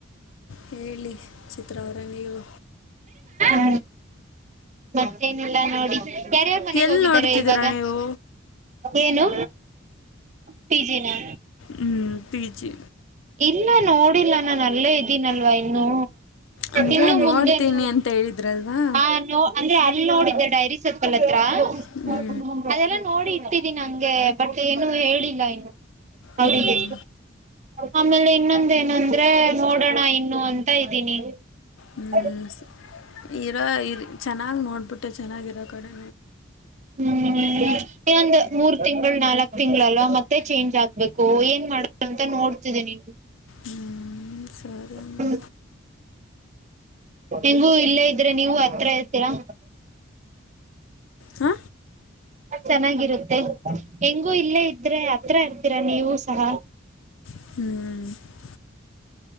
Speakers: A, on the left (about 75°); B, on the right (about 40°).
A: ಹೇಳಿ ಚಿತ್ರವರ ನೀವು
B: ಹ ಮತ್ತೇನಿಲ್ಲ ನೋಡಿ ಯರೆ ಮನೆಗೆ
A: ಎಲ್ಲಿ
B: ಹೋಗಿದ್ದಾರೆ
A: ನೋಡ್ತಿದ್ದೀರಾ
B: ಇವಾಗ
A: ನೀವು
B: ಏನು ಪಿ ಜನಾ
A: ಹ್ಮ್ ಪೀಜಿ
B: ಇಲ್ಲ ನೋಡಿಲ್ಲ ನಾನು ಅಲ್ಲೇ ಇದ್ದೀನಲ್ವಾ ಇನ್ನುೂ
A: ಅಂದರೆ
B: ಇನ್ನು
A: ನೋಡ್ತೀನಿ
B: ಮುಂದೆ ನೋ
A: ಅಂತ ಹೇಳಿದ್ರಲ್ವಾ
B: ಹ ನೋ ಅಂದ್ರೆ ನೋಡ ಡೈರಿ ಸ ನೋ
A: ಹ್ಞೂ
B: ಮಾಡತಿದ್ದೀಿ ನಂಗೆ ಬಟ್ ಏನು ಹೇಳಿಲ್ಲ ಇನ್ನು ಅವರಿಗೆ
A: ಹ್ಞೂ
B: ಆಮೇಲೆ ಇನ್ನೊಂದ ಏನಂದ್ರೆ ನೋಡೋಣ ಇನ್ನು ಅಂತ ಇದ್ದೀನಿ
A: ಹ್ಮ್
B: ಅದ
A: ಸ್ ಇರೋ ಇ ಚೆನ್ನಾಗ್ ನೋಡ್ಬಿಟ್ಟೆ ಚೆನ್ನಾಗಿ ಇರೋ ಕಡೆ
B: ಹ್ಮ್ ಒಂದ್ ಮೂರ್ ತಿಂಗಳು ನಾಲ್ಕ್ ತಿಂಗಳಲ್ಲ ಮತ್ತೆ ಚೇಂಜ್ ಆಗ್ಬೇಕು ಏನ್ ಮಾಡ ಅಂತ ನೋಡ್ತಿದೆ ನೀವು
A: ಹ್ಮ್ ಸರಿ ಅಂಬ
B: ಹ್ಮ ಹೆಂಗು ಇಲ್ಲೇ ಇದ್ರೆ ನೀವು ಹತ್ರ ಇರ್ತೀರಾ
A: ಹಾ
B: ಚೆನ್ನಾಗಿರುತ್ತೆ ಹೆಂಗೂ ಇಲ್ಲೇ ಇದ್ರೆ ಹತ್ರ ಇರ್ತೀರಾ ನೀವು ಸಹ
A: ಹ್ಮ್